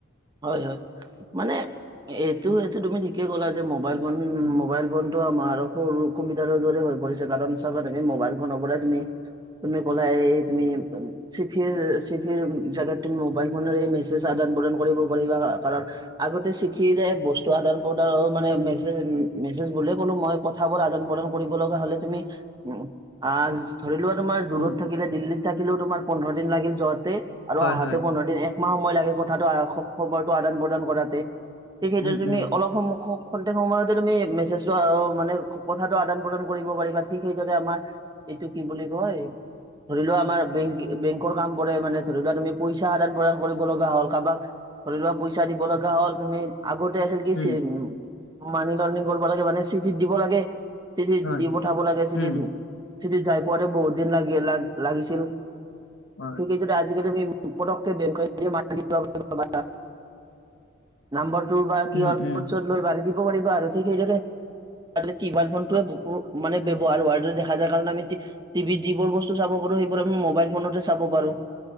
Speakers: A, on the right; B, on the left.
A: হয় হয়, মানে এইটো
B: উম
A: এইটো তুমি ঠিকেই ক'লা যে মোবাইল ফোন
B: উম,
A: মোবাইল ফোন- টো আমাৰ সৰু কম্পিউটাৰৰ দৰে হৈ পৰিছে, কাৰণ চাবা তুমি মোবাইল ফোনৰ পৰাই তুমি- তুমি ক'লা এই তুমি- চিঠিৰ চিঠিৰ জেগাত তুমি মোবাইল ফোনেৰে মেছেজ আদান প্ৰদান কৰিব পাৰিবা, কাৰণ- আগতে চিঠিৰে বস্তু আদান পদানৰ মানে মেছেজ মেছেজ বুলিয়ে ক'লো মই ক- থাবোৰ আদান প্ৰদান কৰিব লগা হ'লে তুমি উম- আঁহ ধৰি লোৱা তোমাৰ দূৰত
B: উম,
A: থাকিলে দিল্লীত থাকিলেও তোমাৰ পোন্ধৰ দিন লাগিল যোৱাতে- আৰু
B: হয়
A: আহাতে
B: হয়
A: পোন্ধৰ দিন একমাহ সময় লাগে কথাটো আহ খবৰটো আদান প্ৰদান কৰাতে। সেই কেইটা
B: উম
A: তুমি
B: উম
A: অলপ সন্মুখত- খনটেক সময়তে তুমি মেছেজটো মানে কথাটো আদান প্ৰদান কৰিব পাৰিবা, ঠিক সেইদৰে আমাৰ- এইটো কি বুলি কয়? ধৰি লোৱা আমাৰ বেংকৰ কামবোৰে মানে ধৰি লোৱা তুমি পইচা আদান প্ৰদান কৰিব লগা হ'ল, কাবাক- ধৰি লোৱা পইচা দিব লগা হ'ল তুমি, আগতে আছিল কি
B: উম
A: চিম- মানি লণ্ড্ৰিং কৰিব লাগে মানে চিঠিত দিব লাগে চিঠিত
B: হয়
A: দি পঠাব লাগে চিঠিত-
B: উম
A: চিঠিত যাই পোৱাতে বহুত দিন লাগি লাগিছিল,
B: হয়
A: ঠিক সেইদৰে- আজিকালি আমি পটককে <unintelligible> নাম্বাৰটো বা কি
B: উম
A: হল‌
B: উম
A: নোট চোট লৈ বান্ধি দিব পাৰিবা আৰু, ঠিক সেইদৰে- টিবাইল ফোনটোৱে
B: অ,
A: মানে ব্যৱহাৰ হোৱাৰ দৰে দেখা যায়, কাৰণ আমি টি- টিভিত যিবোৰ বস্তু চাব পাৰো সেইবোৰ আমি মোবাইল ফোনতে চাব পাৰো,